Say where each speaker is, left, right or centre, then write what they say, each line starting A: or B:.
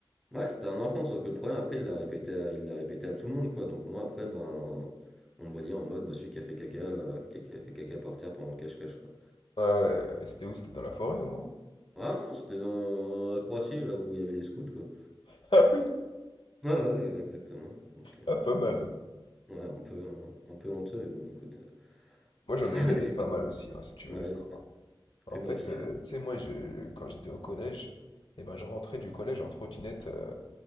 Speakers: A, in the centre; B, on the left.
A: Ouais, c'était un enfant, sauf que le problème après il l'a répété à il l'a répété à tout le monde, quoi, donc moi après, ben, on me voyait en mode, bah, celui qui a fait caca, heu, qui a qui a fait caca par terre pendant le cache-cache, quoi.
B: Ah ouais, mais c'était où? C'était dans la forêt, au moins?
A: Ah c'était dans la Croatie, là où il y avait les scouts, quoi.
B: <laughs> Ah oui,
A: Ouais, ouais, exactement. Donc, euh,
B: ah, pas mal.
A: ouais, un peu, un, peu honteux, mais bon, écoute, euh,
B: Moi, j'en
A: <laughs>
B: ai une, elle est
A: j'ai
B: pas
A: pas.
B: mal aussi, hein, si tu
A: Ouais,
B: veux savoir. En
A: fais-moi
B: fait,
A: kiffer.
B: euh, tu sais, moi, je, quand j'étais au collège, eh ben, je rentrais du collège en trottinette, euh,